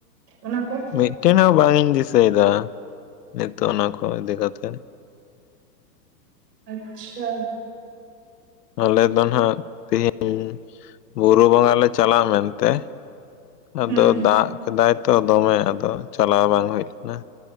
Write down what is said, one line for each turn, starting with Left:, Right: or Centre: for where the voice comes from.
Right: ᱚᱱᱟ ᱠᱚ᱾
Left: ᱢᱤᱫᱴᱮᱱ ᱦᱚᱸ ᱵᱟᱝ ᱤᱧ ᱫᱤᱥᱟᱹᱭᱫᱟ ᱱᱤᱛᱚᱜ ᱚᱱᱟ ᱠᱚ ᱤᱫᱤ ᱠᱟᱛᱮ᱾
Right: ᱟᱪᱪᱷᱟ,
Left: ᱟᱞᱮ ᱫᱚ ᱱᱟᱦᱟᱜ ᱛᱮᱦᱤᱧ ᱵᱩᱨᱩ ᱵᱚᱸᱜᱟ ᱞᱮ ᱪᱟᱞᱟᱜ ᱢᱮᱱᱛᱮ, ᱟᱫᱚ
Right: ᱦᱩᱸ
Left: ᱫᱟᱜ ᱠᱮᱫᱟᱭ ᱛᱚ ᱫᱚᱢᱮ ᱟᱫᱚ ᱪᱟᱞᱟᱣ ᱵᱟᱝ ᱦᱩᱭ ᱞᱮᱱᱟ᱾